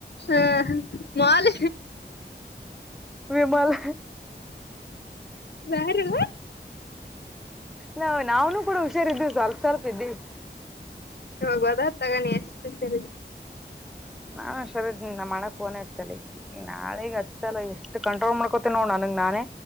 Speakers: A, on the left; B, in the centre.
A: ಹಾ ಮೋಲ್
B: ವಿಮಲ್
A: ಯಾರೂ
B: ನಾ ನಾವ್ನು ಕೂಡ ಹುಷಾರಿದ್ದು ಸ್ವಲ್ಪ ಸ್ವಲ್ಪ ಇದ್ದಿವಿ
A: ಹೋಗುವದ ತಗಾನಿ ಎಷ್ಟು ಸರಿ
B: ನಾನ್ ಹುಷಾರ ಇದ ನಮ್ಮ ಅನ್ನಾ ಗ ಫೋನೇ ಹಚ್ಚಲ್ಲ ನಾಳಗ್ ಹಚ್ಚಲ್ಲ ಎಷ್ಟು ಕಂಟ್ರೋಲ್ ಮಾಡ್ಕೋತಿನ ನೋಡ್ ನಾನು ನಾನೆ